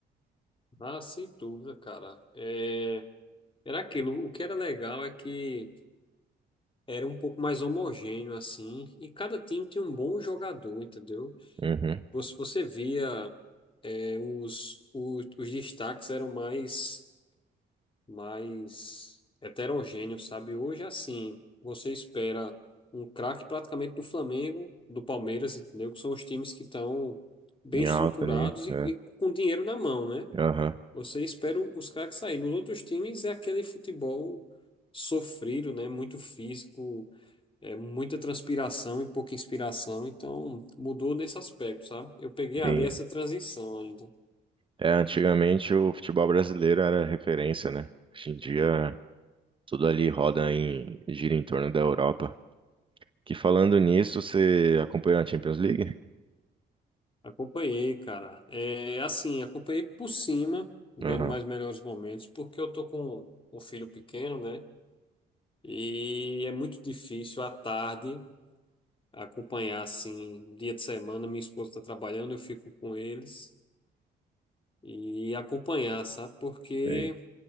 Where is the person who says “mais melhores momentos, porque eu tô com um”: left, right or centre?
Left